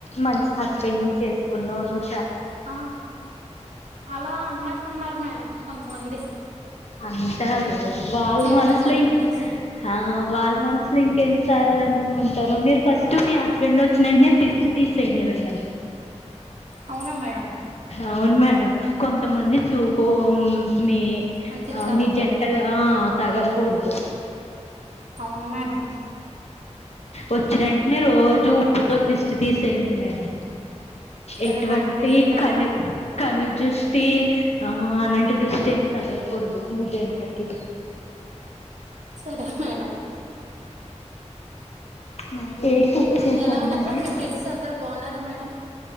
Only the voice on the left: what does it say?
మంచి హస్బెండ్ ను చేసుకున్నవ్ నువ్
అంటారు వాళ్ళ
మనసులో
ఇంకా
ఆ వాళ్ళ మనసులో ఇంకెన్నిసార్లన్ కుంటారు మీరు ఫస్ట్ మీ హస్బెండ్ వచ్చినవెంటేనే దిష్టి తీసేయండి మేడం
అవును మేడం కొంతమంది చూపు మ్ మీ
ఆ
మీ జంటగా ఆ తగలకూడదు
వచ్చినేంటనే రోజు ఉప్పుతో దిష్టి తీసేయండి మేడం
ఎటువంటి
కను కనుజుస్ ష్టి ఆ అనంటి దృష్టేం తగలకుడదు మీ జంటకి
మరి ఏం కుక్ చేసారు
మేడం